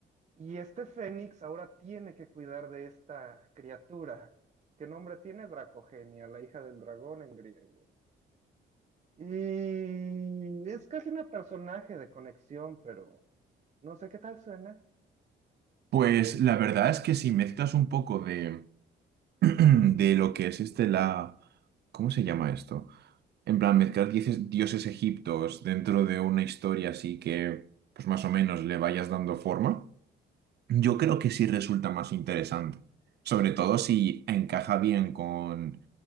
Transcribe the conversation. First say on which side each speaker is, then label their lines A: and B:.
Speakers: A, on the right; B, on the right.
A: Y este Fénix ahora tiene que cuidar de esta criatura. ¿Qué nombre tiene Dracogenia, la hija del dragón en griego? Y es casi una personaje de conexión, pero no sé qué tal suena.
B: Pues la verdad es que si mezclas un poco de, <clears throat> de lo que es este la... ¿Cómo se llama esto? En plan, mezclar dieces- dioses egiptos dentro de una historia así que, pues más o menos, le vayas dando forma. Yo creo que sí resulta más interesante, sobre todo si encaja bien con,